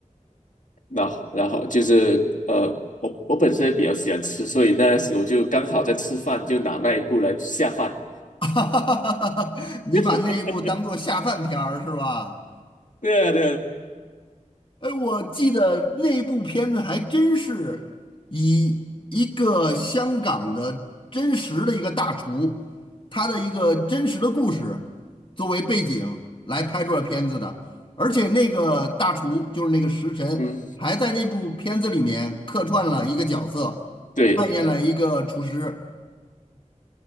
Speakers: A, on the left; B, on the left.
A: 那好，然后就是呃，我我本身也比较喜欢吃，所以那时我就刚好在吃饭，就拿那一步来下饭
B: <laughs> 你把那一部当做下饭片儿是吧？
A: <laughs>。对啊，对啊，
B: 哎，我记得那部片子还真是以一个香港的真实的一个大厨，他的一个真实的故事作为背景来拍出了片子的，而且那个大厨就是那个食神，
A: 嗯，
B: 还在那部片子里面客串了一个角色，
A: 对，
B: 扮演了一个厨师。